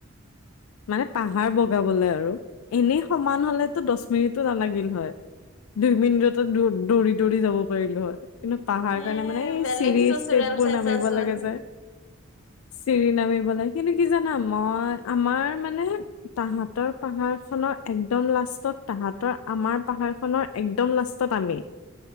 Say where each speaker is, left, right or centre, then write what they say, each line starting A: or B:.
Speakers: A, on the left; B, on the left.
A: মানে পাহাৰ বগাবলৈ আৰু এনেই সমান হলেতো দচ মিনিতটো নালাগিল হয়। দুই মিনিটতে দৌ দৌৰি, দৌৰি যাব পাৰিলো হয়। কিন্তু পাহাৰ
B: এ
A: কাৰণে মানে এই
B: বেলেগ
A: চিৰি
B: চোচোৰাল
A: ষ্টেপ বোৰ
B: চাইছাচোন
A: নামিব লাগে যে। চিৰি নামিবলৈ, কিন্তু কি জানা? মই, আমাৰ মানে তাহাঁতৰ পাহাৰ খনৰ একদম লাষ্টত, তাহাঁতৰ আমাৰ পাহাৰ খনৰ। একদম লাষ্টাত আমি।